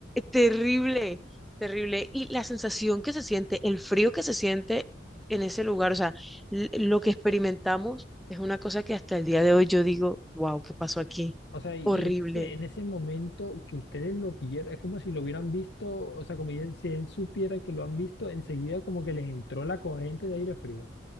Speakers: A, in the centre; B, on the left (about 70°).
A: terrible, terrible. Y la sensación que se siente, el frío que se siente en ese lugar, o sea, l- lo que experimentamos es una cosa que hasta el día de hoy yo digo, wow, ¿qué pasó aquí?
B: O sea, y
A: Horrible.
B: en ese, en ese momento que ustedes lo vieran, es como si lo hubieran visto, o sea, como él- si él supiera que lo han visto, enseguida como que les entró la corriente de aire frío.